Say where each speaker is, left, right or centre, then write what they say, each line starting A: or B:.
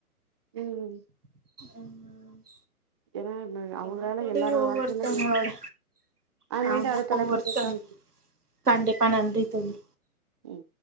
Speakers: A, on the right; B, on the right.
A: ம்
B: ம்
A: ஏன்னா ந அவங்களால
B: என்னா தோழி
A: எல்லாரோட
B: ஒவ்வொருத்தவுங்ளோட
A: வாழ்க்கையில ஆ மீண்டும்
B: ஆமா
A: அடுத்த தலைப்புல
B: ஒவ்வொருத்தரும்
A: பேசலாம்
B: கண்டிப்பா நன்றி தோழி
A: ம்